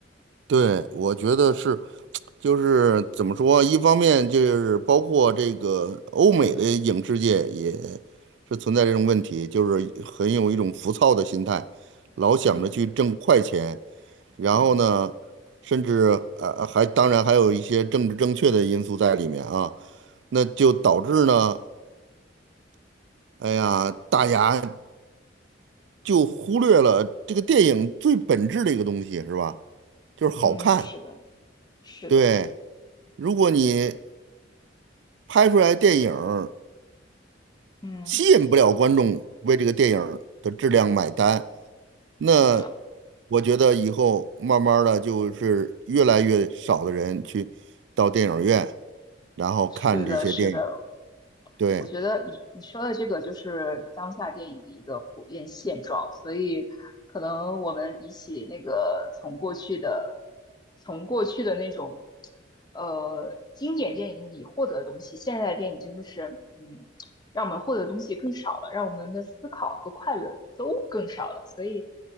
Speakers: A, on the right; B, on the left.
A: 对，我觉得是，就是怎么说，一方面就是包括这个欧美的影视界也是存在这种问题，就是很有一种浮躁的心态，老想着去挣快钱，
B: 嗯
A: 然后呢，
B: 嗯
A: 甚至呃还当然还有一些政治正确的因素在里面啊，那就导致呢，哎呀，大家就忽略了这个电影最本质的一个东西，是吧？就是好看。
B: 嗯，是的，是的。
A: 对，如果你拍出来的电影儿
B: 嗯，
A: 吸引不了观众为这个电影儿的质量买单，那
B: 对呀，
A: 我觉得以后慢慢的就是越来越少的人去到电影院，然后看这些电影。
B: 是的，是的，
A: 对，
B: 我觉得你你说的这个就是当下电影的一个普遍现状，所以可能我们比起那个从过去的从过去的那种呃经典电影里获得的东西，现在的电影真的是嗯，让我们获得的东西更少了，让我们的思考和快乐都更少了，所以